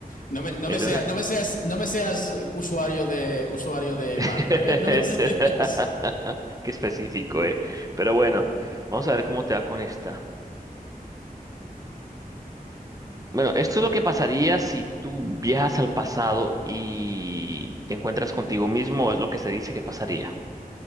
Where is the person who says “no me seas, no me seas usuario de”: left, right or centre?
Left